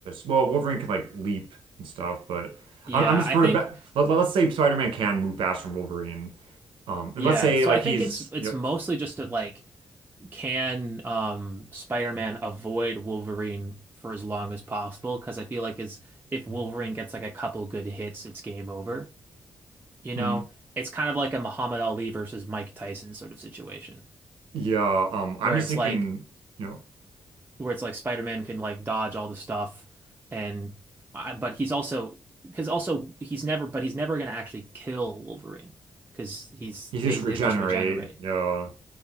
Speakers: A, on the right; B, on the right.
A: well, Wolverine can like leap and stuff, but
B: Yeah,
A: I'm, I'm just
B: I
A: for
B: think
A: the bet. Let, let's say Spider-Man can move faster than Wolverine. Um,
B: yeah.
A: and let's say
B: So
A: like
B: I think
A: he's,
B: it's it's
A: yep,
B: mostly just that like can um Spider-Man avoid Wolverine for as long as possible? Because I feel like is if Wolverine gets like a couple good hits, it's game over. You know?
A: mhm.
B: It's kind of like a Muhammad Ali versus Mike Tyson sort of situation
A: yeah. Um, I'm
B: where
A: just
B: it's
A: thinking.
B: like
A: you know.
B: where it's like Spider-Man can like dodge all the stuff and I, but he's also because also he's never but he's never gonna actually kill Wolverine because he's
A: You just
B: basically
A: regenerate,
B: he'll just regenerate.
A: you know.